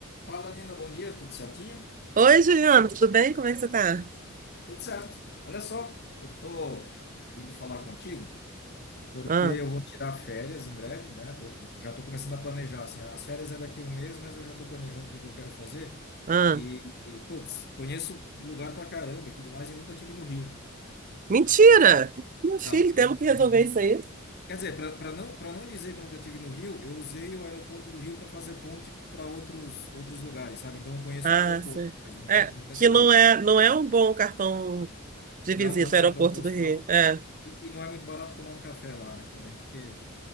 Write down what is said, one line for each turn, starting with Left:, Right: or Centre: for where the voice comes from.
Left: Fala, Nina, bom dia, tudo certinho?
Right: Oi, Juliana, tudo bem? Como é que você tá?
Left: Tudo certo. Olha só, eu tô vindo falar contigo porque
Right: Ah,
Left: eu vou tirar férias em breve, né? Tô- tô- já tô começando a planejar, assim, ah, as férias é daqui a um mês, mas eu já tô planejando o que que eu quero fazer.
Right: ah.
Left: E, e, putz, conheço lugar pra caramba e tudo mais e nunca tive no Rio.
Right: Mentira! Meu filho,
Left: Não,
Right: temos
Left: nu-
Right: que resolver
Left: nu- nu-
Right: isso aí.
Left: quer dizer, para não, para não dizer que eu nunca tive no Rio, eu usei o aeroporto do Rio para fazer ponte para outros, outros lugares, sabe? Então eu conheço
Right: Ah,
Left: o aeroporto,
Right: sim.
Left: mas nunca,
Right: É,
Left: nunca
Right: que
Left: saí.
Right: não é, não é um bom cartão de
Left: Não
Right: visita
Left: é um bom
Right: ao
Left: cartão
Right: aeroporto
Left: postal.
Right: do Rio. É.
Left: E, e não é muito barato tomar um café lá, né? Também, porque